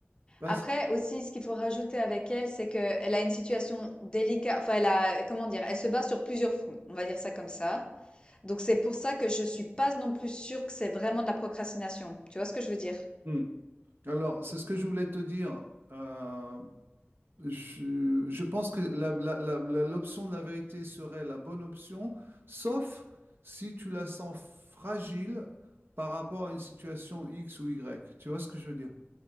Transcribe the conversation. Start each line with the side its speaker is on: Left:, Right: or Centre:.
Right: parce-
Left: après aussi, ce qu'il faut rajouter avec elle, c'est que elle a une situation délicate. enfin, elle a, comment dire? Elle se bat sur plusieurs fronts, on va dire ça comme ça. Donc c'est pour ça que je suis pas non plus sûre que c'est vraiment de la procrastination. Tu vois ce que je veux dire?
Right: Hmm. Alors, c'est ce que je voulais te dire. Euh, Je, je pense que la- la- la- la- l'option de la vérité serait la bonne option, sauf si tu la sens fragile par rapport à une situation X ou Y. Tu vois ce que je veux dire?